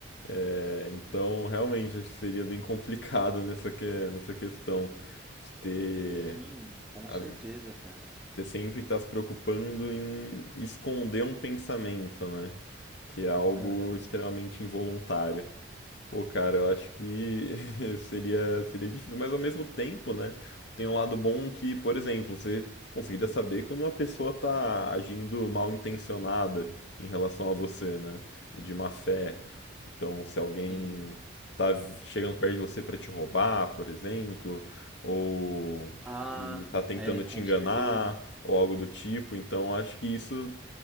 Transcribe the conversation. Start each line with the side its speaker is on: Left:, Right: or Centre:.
Left: É, então, realmente, acho que seria bem complicado <laughs> nessa que, nessa questão de ter
Centre: Sim, com
Left: as
Centre: certeza, cara.
Left: ter sempre está se preocupando em esconder um pensamento, né? Que é algo
Centre: Aham,
Left: extremamente involuntário. Pô, cara, eu acho que <laughs> seria, seria difícil, mas ao mesmo tempo, né? Tem um lado bom que, por exemplo, você conseguiria saber quando uma pessoa tá agindo mal intencionada em relação a você, né? De má fé. Então, se alguém
Centre: sim.
Left: tá vi- chegando perto de você para te roubar, por exemplo, ou
Centre: Ah,
Left: e tá tentando
Centre: é, com
Left: te enganar,
Centre: certeza.
Left: ou algo do tipo, então acho que isso